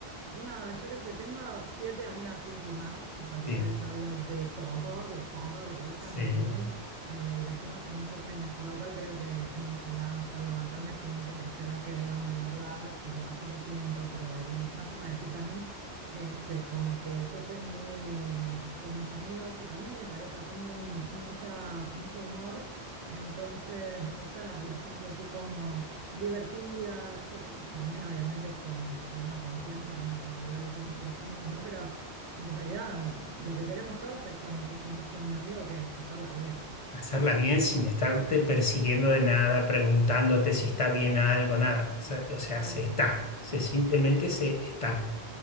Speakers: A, on the right; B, on the left.
A: No, yo qué sé, tengo siete amigas íntimas con las
B: Sí,
A: cuales hablo de todo, de todo, de ellas,
B: sí.
A: de mí, eh, y las tengo hace muchos años, por lo cual creo que no será solo bancarme, sino que será quererme de verdad, y lo, así lo siento, pero eh, bueno, es una forma de decir también, este, como que yo soy muy, mm, con mis amigos y también con mi pareja, tengo un- mucha, mucho humor, entonces me gustan las relaciones así como divertidas, co- eh, también obviamente con, con una confianza como para hablar de temas profundos, ¿no? Pero en realidad mm, lo que queremos todos es cuando te juntas con un amigo que es pasarla bien,
B: Hacerla bien sin estarte persiguiendo de nada, preguntándote si está bien algo, nada. O sea, o sea,
A: tal
B: se
A: cual.
B: está. Se simplemente se está.